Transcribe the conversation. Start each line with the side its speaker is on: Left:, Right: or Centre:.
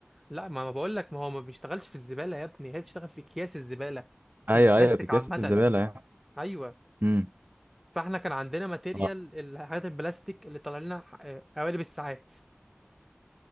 Centre: لا ما ما بقول لك ما هو ما بيشتغلش في الزباله يا ابني هي بتشتغل في اكياس الزباله
Right: ايوه
Centre: في البلاستيك
Right: ايوه في اكياس
Centre: عامه
Right: الزبالة يعني
Centre: ايوه
Right: امم
Centre: فاحنا كان عندنا ماتيريال
Right: اه
Centre: الحاجات البلاستيك اللي طالع لنا ح- آه، قوالب الساعات